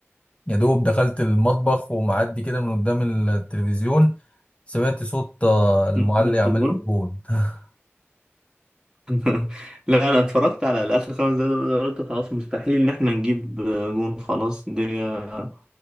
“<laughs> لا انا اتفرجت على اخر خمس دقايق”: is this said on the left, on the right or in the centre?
Right